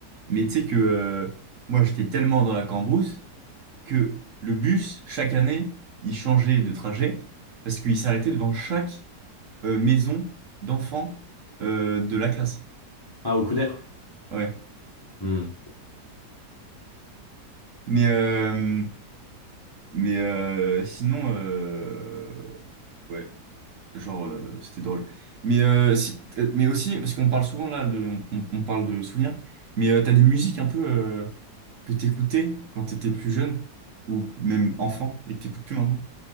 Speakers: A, on the right; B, on the left.
A: Mais tu sais que euh, moi, j'étais tellement dans la cambrousse que le bus, chaque année, il changeait de trajet parce qu'il s'arrêtait devant chaque euh, maison d'enfants euh, de la classe.
B: Ah, au Couder?
A: Ouais.
B: Hmm.
A: Mais, euh, mais euh, sinon, euh, ouais, genre, euh, c'était drôle. Mais, euh, si- euh, mais aussi, parce qu'on parle souvent là, de, on, on- on parle de souvenirs, mais euh, t'as des musiques un peu euh, que t'écoutais quand t'étais plus jeune ou même enfant et que t'écoutes plus maintenant?